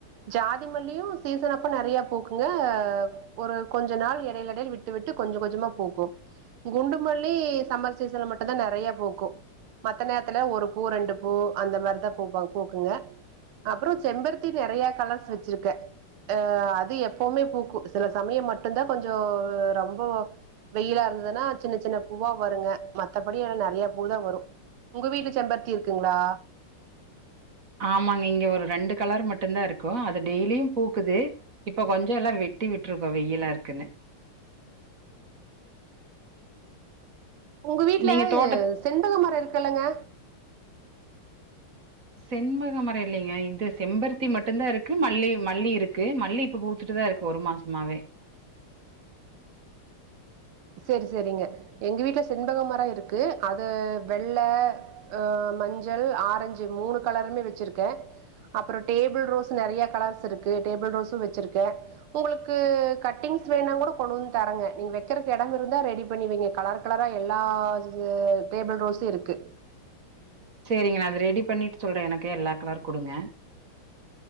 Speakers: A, on the right (about 80°); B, on the right (about 40°).
A: ஜாதி மல்லியு சீசன் அப்ப நெறைய பூக்குங்க ஒரு கொஞ்ச நாள் எடையில எடையில் விட்டு விட்டு கொஞ்சோ கொஞ்சமா பூக்கு குண்டுமல்லி சம்மர் சீசன்ல மட்டும்தா நெறைய பூக்கு மத்த நேரத்துல ஒரு பூ ரெண்டு பூ அந்த மாதிரிதா பூப்பாங் பூக்குங்க அப்புறோ செம்பருத்தி நெறைய கலர்ஸ் வச்சிருக்கே அ அது எப்பவுமே பூக்கு சில சமய மட்டுதா கொஞ்சோ ரொம்போ வெயிலா இருந்ததுன்னா சின்ன சின்ன பூவா வருங்க மத்தபடி எல்லா நெறைய பூ தா வரு உங்க வீட்டுல செம்பர்த்தி இருக்குங்களா
B: ஆமாங்க இங்க ஒரு ரெண்டு கலர் மட்டும்தா இருக்கு அது டெய்லியு பூக்குது இப்ப கொஞ்சோ எல்லா வெட்டி விட்டுருக்கோ வெயிலா இருக்குன்னு
A: உங்க வீட்டுல
B: நீங்க தோட்ட
A: செண்பக மரோ இருக்கல்லங்க
B: செண்மகமர இல்லைங்க இது செம்பருத்தி மட்டும்தா இருக்கு மல்லி மல்லி இருக்கு மல்லி இப்ப பூத்து து‌டுதா இருக்கு ஒரு மாசமாவே
A: சேரி சேரிங்க எங்க வீட்டுல செண்பக மரோ இருக்கு அது வெள்ள அ மஞ்சள் ஆரஞ்சு மூணு கலருமே வச்சிருக்க அப்பறோ டேபிள் ரோஸ் நெறைய கலர்ஸ் இருக்கு டேபிள் ரோஸு வ்ச்சிருக்க உங்களுக்கு கட்டிங்ஸ் வேணா கூட கொண்டு வந்து தரங்க நீங்க வெக்கற இடம் இருந்தா ரெடி பண்ணி வைங்க கலர் கலரா எல்லா எ டேபிள் ரோஸு இருக்கு
B: சேரிங்க நா அது ரெடி பண்ணிட்டு சொல்ற எனக்கு எல்லா கலர் குடுங்க